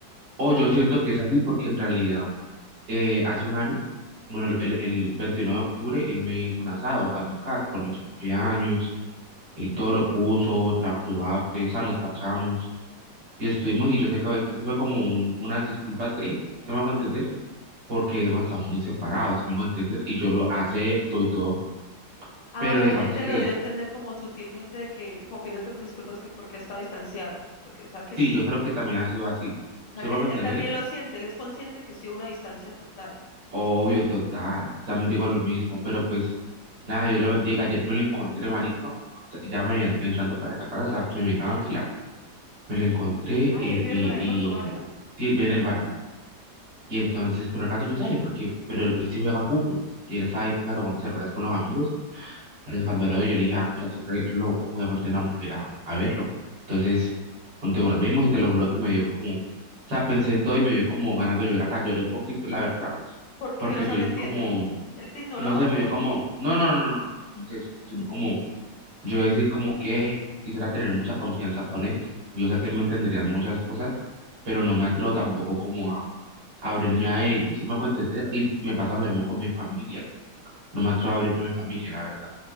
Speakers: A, on the right; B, on the left.
A: O yo siento que es así porque en realidad eh, hace un año, bueno,
B: Dime.
A: el, el 29 de octubre, él me hizo un asado acá en mi casa por mis cumpleaños. Él todo lo puso, trajo su bafle, o sea, nos parchamos y estuvimos y yo sé que eso fue como un- unas disculpas de él, ¿se me hago entender? Porque hemos estado muy separados, ¿se me hago entender? Y yo lo acepto y todo,
B: Ah,
A: pero
B: o sea,
A: digamos
B: él te
A: que
B: lo dio a entender como sutilmente de que, como pidiéndote que disculpas que porque ha estado distanciado, porque, o sea, que
A: sí,
B: sí,
A: yo creo que también ha sido así,
B: o sea,
A: ¿se
B: que
A: me hago
B: él
A: entender?
B: también lo siente, él es consciente de que sí hubo una distancia total.
A: Obvio,
B: Pues,
A: total. También digo lo mismo, pero pues nada, Dios lo bendiga. Ayer me lo encontré, marico. o sea, ya me entrando para la casa, o sea, mi amiga Ángela, me lo encontré
B: ay,
A: eh,
B: él vive
A: y,
B: por ahí,
A: y,
B: por tu barrio,
A: sí, él vive en el bar. Y entonces, pero él casi no sale porque, pero él sí juega fútbol. Y él estaba ahí pues, tomando cervezas con los amigos. Pero cuando lo veo, yo le dije, Ángela, estoy re loco, voy a meter una mujer a, a verlo. Entonces, cuando volvimos, y te lo juro que me dio como, o sea, pensé en todo y me dio como ganas de llorar. O sea, lloré un poquito, la verdad,
B: ¿por qué?
A: porque
B: O sea,
A: yo dije
B: no entiendo.
A: como
B: ¿Él te ignoró?
A: no sé, me dio como, no, no, no, no, no, no es eso, sino como yo decir como que quisiera tener mucha confianza con él. Yo sé que él me entendería en muchas cosas, pero no me atrevo tampoco como a, abrirme a ellos, si me hago entender? Y me pasa lo mismo con mi familia, no me atrevo a abrirme a mi familia, la verdad.